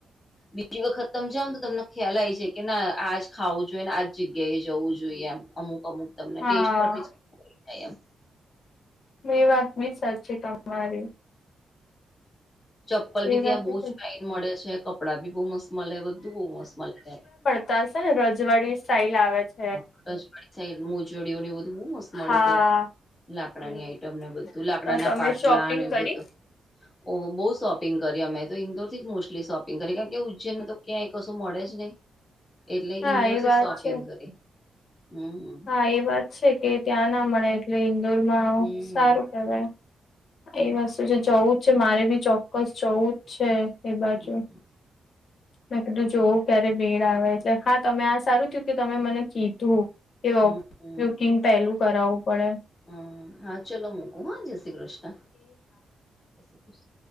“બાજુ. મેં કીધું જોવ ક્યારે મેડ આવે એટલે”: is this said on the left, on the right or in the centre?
Left